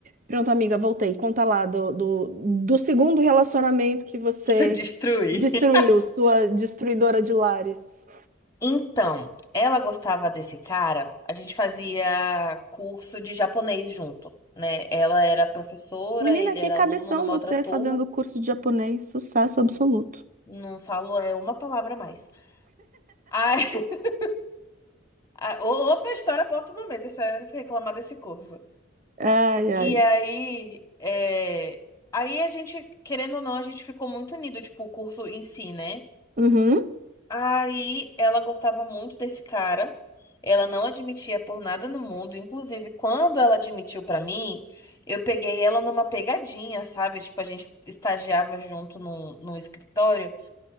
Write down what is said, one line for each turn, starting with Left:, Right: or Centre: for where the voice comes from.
Right: Pronto, amiga, voltei. Conta lá do, do, do segundo relacionamento que você
Left: <laughs> Destruir.
Right: destruiu, sua destruidora de lares.
Left: Então, ela gostava desse cara, a gente fazia curso de japonês junto, né? Ela era professora,
Right: Menina,
Left: ele
Right: que
Left: era
Right: cabeção
Left: aluno numa
Right: você
Left: outra turma.
Right: fazendo curso de japonês. Sucesso absoluto.
Left: Não falo é uma palavra a mais. Aí, <laughs> a- o- outra história para outro momento, essa, reclamar desse curso.
Right: Ai, ai.
Left: E aí, é, aí a gente, querendo ou não, a gente ficou muito unido, tipo, o curso em si, né?
Right: Uhum.
Left: Aí ela gostava muito desse cara. Ela não admitia por nada no mundo. Inclusive, quando ela admitiu pra mim, eu peguei ela numa pegadinha, sabe? Tipo, a gente estagiava junto num, num escritório.